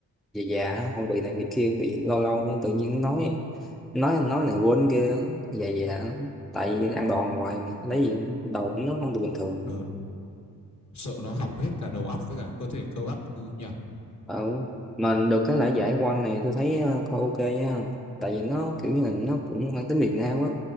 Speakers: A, in the centre; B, on the left.
A: già già á, không bị này bị kia bị lâu lâu nó tự nhiên nói nói nói này quên kia
B: ừ
A: già già tại vì ăn đòn hoài
B: ừ
A: lấy gì đâu nó không được bình thường
B: Ờ, sợ nó hỏng hết cả đầu óc với cả cơ thể cơ bắp thứ nhỉ.
A: Ờ, mà được cái lễ giải quanh này tôi thấy ờ, coi ok nha tại vì nó kiểu như là nó cũng mang tính Việt Nam á